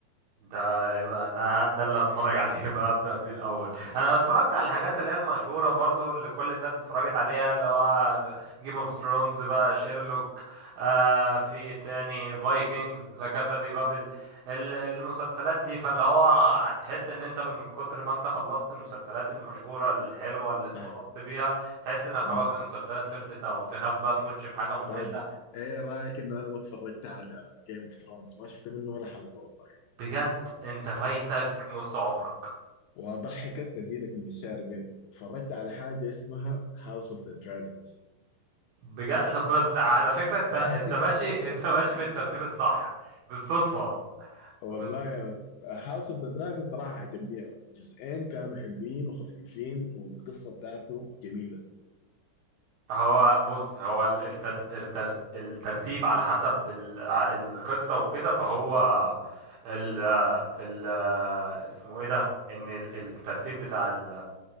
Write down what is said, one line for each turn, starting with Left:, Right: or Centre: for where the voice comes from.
Right: ده يبقى انا ده اللي هتفرج <laughs> عليه بقى ابدا بيه الاول انا اتفرجت على الحاجات اللي هي المشهوره برضو اللي كل الناس اتفرجت عليها اللي هو جيم اوف ثرونز بقى شيرلوك آه في ايه تاني فايكنجز لا كاسا دي بابل ال- المسلسلات دي فاللي هو هتحس ان انت من كتر ما انت خلصت المسلسلات المشهوره الحلوه اللي اتبسطت
Left: صح
Right: بيها تحس ان خلاص
Left: امم
Right: المسلسلات خلصت او تخاف بقى تخش في حاجه ممله
Left: طيب ايه رأيك انه انا ما اتفرجت على جيم اوف ثرونز ما شفت منه ولا حلقة والله
Right: بجد انت فايتك نص عمرك
Left: واضحكك ازيدك من الشعر بيت اتفرجت على حاجة اسمها هاوس اوف ذا دراجونز
Right: بجد طب بس على فكرة انت
Left: <laughs>
Right: انت ماشي انت ماشي بالترتيب الصح بالصدفة
Left: والله
Right: بز...
Left: يا مان هاوس اوف ذا دراجون صراحة عجبني يا مان جزئين كانوا حلوين وخفيفين والقصة بتاعته جميلة
Right: هو بص هو ال- التت... التر... الترتيب على حسب ال... ع- القصة وكده فهو ال... ال... اسمه ايه ده ان ال- الترتيب بتاع ال...